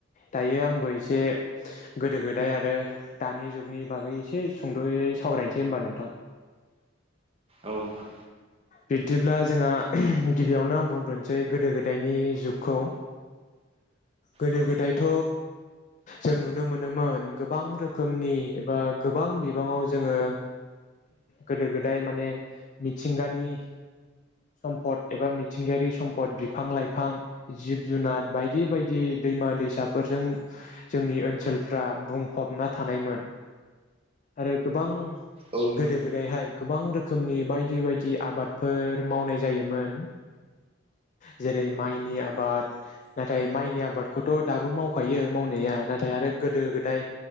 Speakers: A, on the left; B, on the right.
A: दायो आंबो एसे गोदो गोदाय आरो दानि जुगनि बागै एसे सुंद'यै सावरायनोसै होमबा नोंथां
B: ओ नोंथां
A: बिब्दिब्ला जोंहा गिबियावनो आं बुंग्रोनोसै गोदो गोदायनि जुगखौ गोदो
B: औ
A: गोदायथ' जों नुनो मोनोमोन गोबां रोखोमनि एबा गोबां बिबाङाव जोङो गोदो गोदाय माने मिथिंगानि सम्पद एबा मिथिंगायारि सम्पद बिफां लाइफां जिब जुनार बायदि बायदि दैमा दैसाफोरजों जोंनि ओनसोलफ्रा बुंफबना थानायमोन आरो गोबां
B: औ नोंथां
A: गोदो गोदायहाय गोबां रोखोमनि बायदि बायदि आबाद फोर मावनाय जायोमोन जेरै माइनि आबाद नाथाय माइनि आबादखौथ' दाबो मावखायो मावनाया नाथाय आरो गोदो गोदाय